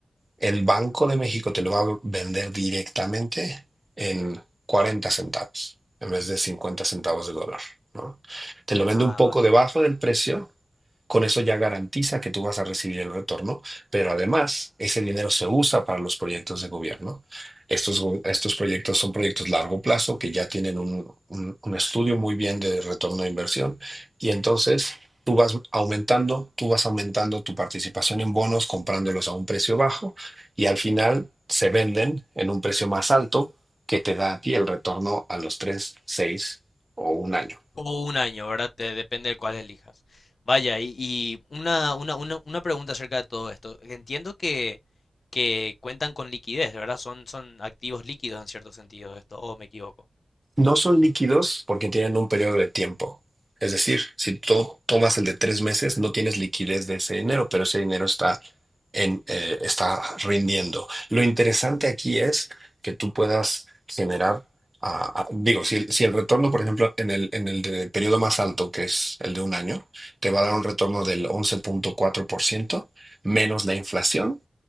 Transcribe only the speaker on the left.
Ah,
vale.
O un año, ¿verdad? Te- depende de cuál elijas. Vaya, y, y una, una, una, una pregunta acerca de todo esto. Entiendo que, que cuentan con liquidez, ¿verdad? Son, son activos líquidos en cierto sentido esto, o me equivoco.